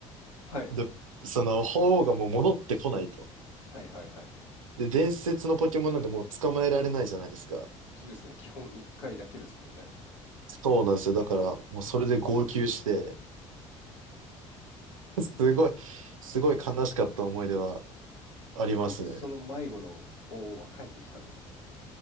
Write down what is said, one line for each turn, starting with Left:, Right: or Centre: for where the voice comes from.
Left: はい
Right: で、その本がもう戻ってこないと。
Left: はいはいはい。
Right: で、伝説のポケモンなんでもう捕まえられないじゃないですか。
Left: そうですね。基本1回だけですもんね。
Right: そうなんですよ。だから、もうそれで号泣して、<laughs> すごい、
Left: え、
Right: すごい悲しかった思い出はありますね。
Left: 結局その迷子の方は帰ってきたんですか